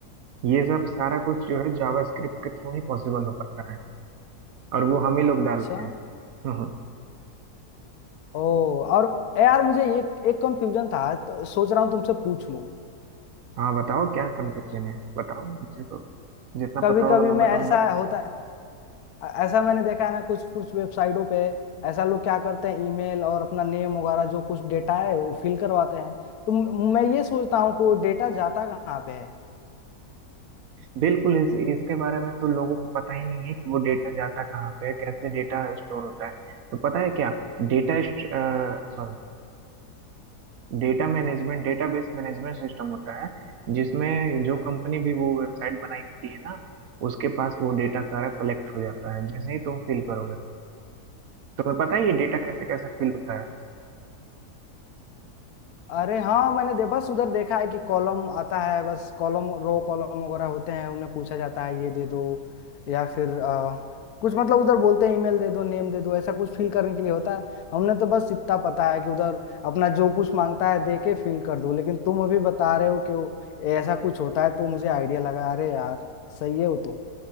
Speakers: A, on the right (about 65°); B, on the left (about 70°).
A: ये सब सारा कुछ जो है जावास्क्रिप्ट के थ्रू ही पॉसिबल हो पाता है और वो हम ही लोग डालते
B: अच्छा
A: हैं हम्म, हम्म।
B: ओ और यार मुझे एक एक कंफ्यूजन था तो सोच रहा हूँ तुमसे पूछ लूँ
A: हाँ बताओ क्या कंफ्यूजन है बताओ मुझे तो जितना
B: कभी
A: पता होगा
B: कभी
A: मैं
B: मैं
A: बताऊंगा
B: ऐसा होता अ- ऐसा मैंने देखा है ना कुछ कुछ वेबसाइटों पे ऐसा लोग क्या करते हैं ईमेल और अपना नेम वगैरह जो कुछ डेटा है वो फिल करवाते हैं तो म- मैं ये सोचता हूँ कि वो डेटा जाता कहाँ पे है
A: बिल्कुल इस, इसके बारे में तो लोगों को पता ही नहीं है कि वो डेटा जाता कहाँ पे है कैसे डेटा स्टोर होता है तो पता है क्या Data sorry data management database management system होता है जिसमें जो कंपनी भी वो वेबसाइट बनाई होती है ना उसके पास वो डेटा सारा कलेक्ट हो जाता है जैसे ही तुम फिल करोगे तो। तुम्हें पता है ये डेटा कैसे कैसे फिल होता है
B: अरे हाँ मैंने दे बस उधर देखा है कि कॉलम आता है बस कॉलम रो कॉलम वगैरह होते हैं उन्हें पूछा जाता है ये दे दो या फिर अ, कुछ मतलब उधर बोलते हैं ईमेल दे दो नेम दे दो ऐसा कुछ फिल करने के लिए होता है हमने तो बस इतना पता है कि उधर अपना जो कुछ मांगता है दे के फिल कर दो लेकिन तुम अभी बता रहे हो कि वो ऐसा कुछ होता है तो मुझे आइडिया लगा अरे यार सही है वो तो